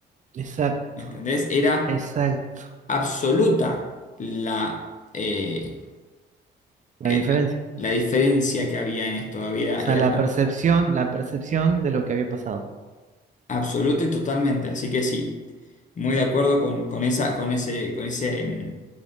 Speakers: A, on the right; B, on the left.
A: exacto,
B: ¿Me entendés? Era
A: exacto,
B: absoluta la, eh,
A: la
B: eh,
A: diferencia,
B: la, la diferencia que había en esto. Había,
A: o sea,
B: era
A: la percepción, la percepción de lo que había pasado,
B: absoluta y totalmente. Así que sí, muy de acuerdo con, con esa, con ese, con ese, em,